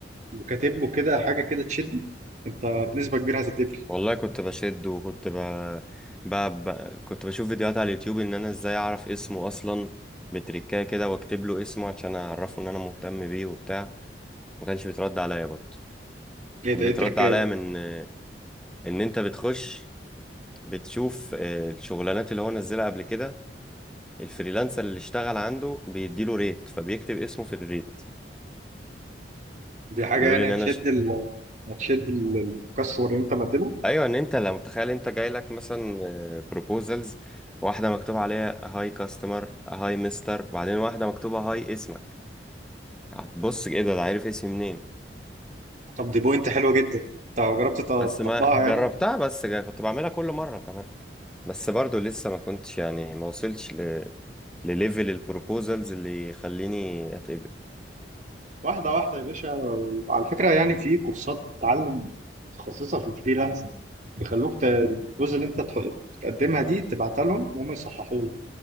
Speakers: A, on the right (about 45°); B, in the centre.
A: وكاتب له كده حاجه كده تشده انت بنسبه كبيره هتتقبل
B: والله كنت بشد وكنت ب... ب... ب... كنت بشوف فيديوهات على اليوتيوب ان انا ازاي اعرف اسمه اصلا بتريكاه كده واكتب له اسمه عشان اعرفه ان انا مهتم بيه وبتاع ما كانش بيترد عليا برضه
A: ايه ده
B: كان بيترد
A: ايه التركايه
B: عليا
A: دي
B: من آه، ان انت بتخش بتشوف آه، الشغلانات اللي هو نزلها قبل كده الفريلانسر اللي اشتغل عنده بيديله ريت فبيكتب اسمه في الريت
A: دي حاجه
B: بيقول
A: يعني
B: ان
A: هتشد
B: انا اشت...
A: ال هتشد ال- الكاستمر اللي انت مقدمه
B: ايوه ان انت لو متخيل انت جاي لك مثلا بروبوزلز واحده مكتوب عليها هاي كاستمر هاي مستر بعدين واحده مكتوبه هاي اسمك هتبص ايه ده ده عارف اسمي منين
A: طب دي بوينت حلوه جدا انت جربت تط-
B: بس
A: تطبقها
B: ما جربتها
A: يعني
B: بس جا- كنت بعملها كل مرة كمان بس برضو لسه ما كنتش يعني ما وصلتش ل... لليفل البروبوزلز اللي يخليني اتقبل
A: واحدة واحدة يا باشا وعلى فكرة يعني في كورسات تعلم متخصصة في الفريلانسنج بيخلوك ت- الجزء اللي انت تح- بتقدمها دي تبعتها لهم وهم يصححوا لك